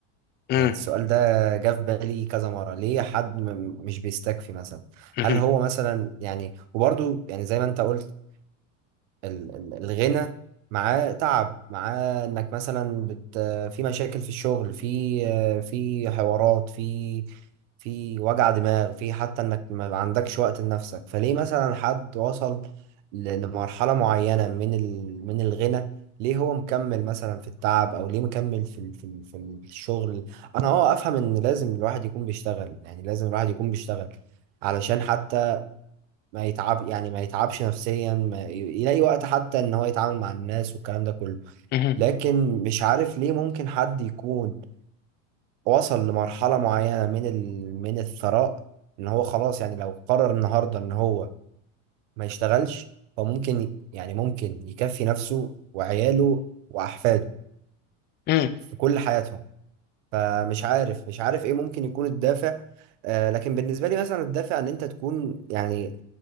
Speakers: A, on the left; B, on the right.
A: مم.
B: يعني السؤال ده جه في بالي كذا مرة ليه حد م- مش بيستكفي مثلا
A: مهم.
B: هل هو مثلا يعني وبرضو يعني زي ما انت قلت ال- ال- الغنى معاه تعب معاه انك مثلا بت في مشاكل في الشغل في في حوارات في في وجع دماغ في حتى انك ما عندكش وقت لنفسك فليه مثلا حد وصل ل- لمرحلة معينة من ال من الغنى ليه هو مكمل مثلا في التعب او ليه مكمل في ال في ال في الشغل انا اه افهم ان لازم الواحد يكون بيشتغل يعني لازم الواحد يكون بيشتغل علشان حتى ما يتعب يعني ما يتعبش نفسيا ما ي- يلاقي وقت حتى ان هو يتعامل مع الناس والكلام ده كله
A: مهم.
B: لكن مش عارف ليه ممكن حد يكون وصل لمرحلة معينة من ال... من الثراء ان هو خلاص يعني لو قرر النهاردة ان هو ما يشتغلش هو ممكن ي- يعني ممكن يكفي نفسه وعياله واحفاده
A: مهم.
B: في كل حياتهم فمش عارف مش عارف ايه ممكن يكون الدافع آه لكن بالنسبة لي مثلا الدافع ان انت تكون يعني